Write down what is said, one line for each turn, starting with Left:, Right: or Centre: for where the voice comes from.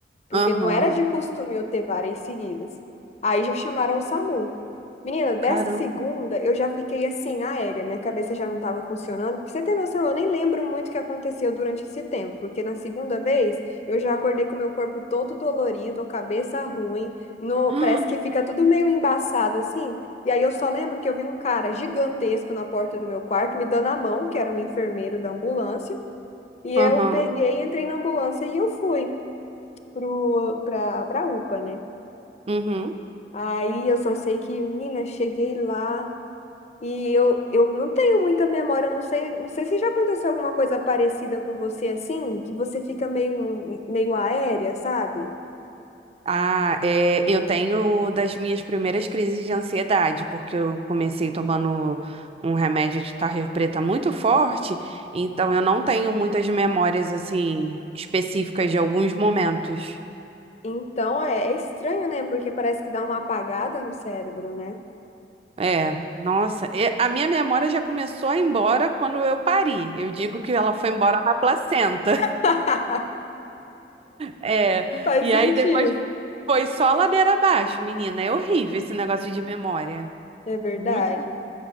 Left: porque
Right: Aham.
Left: não era de costume eu ter várias seguidas. Aí já chamaram o SAMU. Menina, dessa
Right: Caramba.
Left: segunda eu já fiquei assim, aérea, minha cabeça já não estava funcionando. Pra você ter noção, eu nem lembro muito o que aconteceu durante esse tempo, porque na segunda vez eu já acordei com o meu corpo todo dolorido, a cabeça ruim, no,
Right: <gasps>
Left: parece que fica tudo meio embaçado assim. E aí eu só lembro que eu vi um cara gigantesco na porta do meu quarto me dando a mão, que era um enfermeiro da ambulância, e
Right: Aham.
Left: eu peguei, entrei na ambulância e eu fui pro, pra, pra UPA, né?
Right: Uhum.
Left: Aí eu só sei que, menina, cheguei lá e eu, eu não tenho muita memória, eu não sei, não sei se já aconteceu alguma coisa parecida com você assim, que você fica meio, meio aérea, sabe?
Right: Ah, é, eu tenho das minhas primeiras crises de ansiedade, porque eu comecei tomando um remédio de tarja preta muito forte, então eu não tenho muitas memórias assim específicas de alguns momentos.
Left: Então é, é estranho, né? Porque parece que dá uma apagada no cérebro, né?
Right: É, nossa, é, a minha memória já começou a ir embora quando eu pari. Eu digo que ela foi embora na placenta. <laughs>
Left: <laughs>
Right: É,
Left: Faz
Right: e
Left: sentido.
Right: aí depois foi só ladeira abaixo, menina. É horrível esse negócio de memória.
Left: É
Right: Muito.
Left: verdade.